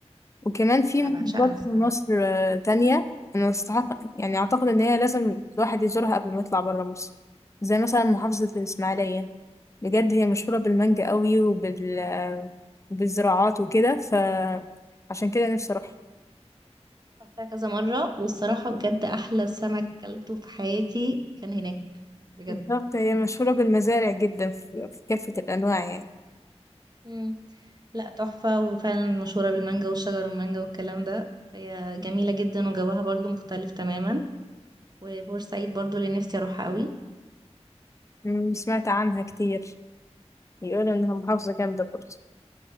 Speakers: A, on the left; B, on the right.
A: وكمان في
B: أنا
A: محافظات
B: بعشقها الصراحة
A: في مصر آه، تانية انا استحق يعني اعتقد ان هي لازم الواحد يزورها قبل ما يطلع برا مصر زي مثلا محافظه الاسماعيليه بجد هي مشهوره بالمانجا قوي وبال آه، بالزراعات وكده فعشان كده نفسي اروحها
B: رحتها كذا مرة والصراحة بجد أحلى سمك كلته في حياتي كان هناك بجد
A: بالظبط هي مشهوره بالمزارع جدا في في كافه الانواع يعني
B: مم. لا تحفة وفعلا مشهورة بالمانجا والشجر والمانجا والكلام ده فهي جميلة جدا وجوها برضو مختلف تماما وبورسعيد برضو اللي نفسي اروحها قوي
A: أمم، سمعت عنها كتير يقولوا انها محافظة جامدة برضه